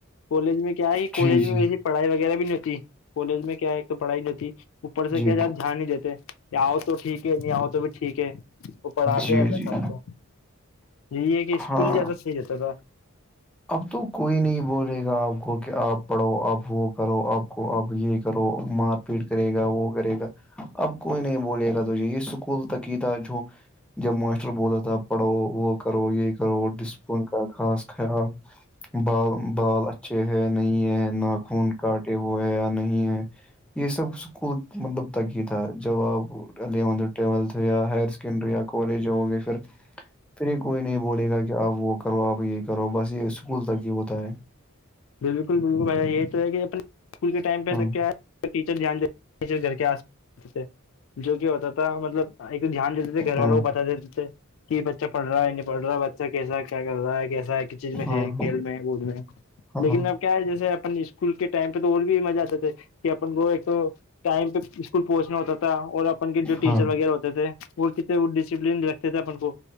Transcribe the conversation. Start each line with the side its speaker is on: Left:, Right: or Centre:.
Left: کالج میں کیا کیا ہی کالج
Centre: جی جی
Left: میں اییسی پڑھائی وغیرہ بھی نہیں ہوتی کالج میں کیا ہے پڑھائی نہیں ہوتی اوپر سے کیا
Centre: جی
Left: جات جھیان نہیں دیتے کہ آؤ تو ٹھیک ہے نہیں آؤ تو بھی ٹھیک ہے وہ پڑھاتے
Centre: جی
Left: ہیں اپنے
Centre: جی
Left: ساتھ کو یہی ہے کہ اسکول
Centre: ہاں
Left: ہی زیادہ صحیح رہتا تھا
Centre: اب تو کوئی نہیں بولے گا آپ کو کہ آپ پڑھو آپ وہ کرو آپ کو اب یہ کرو مار پیٹ کرے گا وہ کرے گا اب کوئی نہیں بوللیے گا تو یہ یہ اسکول تک ہی تھا جو جب ماسٹر بولتا تھا پڑھو وہ کرو یہ کرو ڈسپلن کا خاص خیال بال بال اچھے ہے نہیں ہے نا خون کاٹے ہوئے ہیں یا نہیں ہے یہ سب اسکول مطلب تک یہ تھا جوابے ٹولتھ یا ہر سیکنڈری یا کالج گے پھر پھر یہ کوئی نہیں بولے گا کہ آپ وہ کرو آپ یہ کرو بس یہ اسکول تک یہ ہوتا ہے
Left: بالکل بالکل بھ یہی تو ہے کہ اپنے اسکول کے ٹائم پہ
Centre: ہاں
Left: کیا ہے ٹیچر دھیان ٹیچر گھر کے آس تھے جو کہ ہوتا تھا مطلب ایک تو دھیان دیتے تھے گھر
Centre: ہاں
Left: والوں کو بتا دیتے تھے کہ بچہ پڑھ رہا ہے یہ نہیں پڑھ رہا ہے بچہ کیسا کیا کر رہا ہے کیسا ہے کس چیز میں
Centre: ہاں
Left: ہے کھیل میں کود میں
Centre: ہاں
Left: لیکن اب کیا ہے جیسے اپن اسکول کے ٹائم پہ تو اور بھی مزہ آتا تھے کہ اپن وہ ایک تو ٹائم پہ اسکول پہنچنا ہوتا تھا اور اپن کے جو ٹیچر
Centre: ہاں
Left: وغیرہ ہوتے تھے وہ وہ ڈسپلین رکھتے تھے اپن کو